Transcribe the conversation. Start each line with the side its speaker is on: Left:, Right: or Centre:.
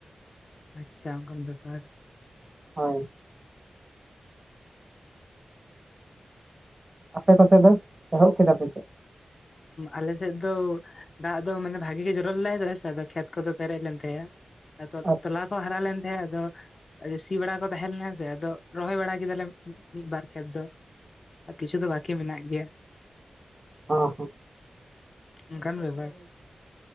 Left: ᱟᱪᱪᱷᱟ ᱚᱱᱠᱟᱱ ᱵᱮᱯᱟᱨ?
Right: ᱦᱳᱭ᱾ ᱟᱯᱮ ᱠᱚᱥᱮᱫ ᱫᱚ ᱮᱦᱚᱵ ᱠᱮᱫᱟ ᱯᱮ ᱪᱮᱫ?
Left: ᱟᱞᱮ ᱥᱮᱫ ᱫᱚ, ᱫᱟᱜ ᱫᱚ ᱢᱟᱱᱮ ᱵᱷᱟᱜᱤ ᱜᱮ ᱡᱚᱨᱚ ᱞᱮᱟᱭ ᱫᱚ ᱦᱮᱸ ᱥᱮ ᱟᱫᱚ ᱠᱷᱮᱛ ᱠᱚᱫᱚ ᱯᱮᱨᱮᱡ ᱞᱮᱱ ᱛᱟᱭᱟ ᱟᱫᱚ
Right: ᱟᱪᱪᱷᱟ
Left: ᱛᱞᱟ ᱠᱚ ᱦᱟᱨᱟ ᱞᱮᱱ ᱛᱟᱦᱮᱸ ᱟᱫᱚ ᱟ ᱥᱤ ᱵᱟᱲᱟ ᱠᱚ ᱛᱟᱦᱮᱸ ᱞᱮᱱᱟ ᱥᱮ ᱟᱫᱚ ᱨᱚᱦᱚᱭ ᱵᱟᱲᱟ ᱠᱮᱫᱟᱞᱮ ᱢᱤᱫ ᱵᱟᱨ ᱠᱷᱮᱛ ᱫᱚ᱾ ᱟᱨ ᱠᱤᱪᱷᱩ ᱫᱚ ᱵᱟᱠᱤ ᱢᱮᱱᱟᱜ ᱜᱮᱭᱟ᱾
Right: ᱚ ᱦᱚᱸ ᱾
Left: ᱚᱱᱠᱟᱱ ᱵᱮᱵᱟᱨ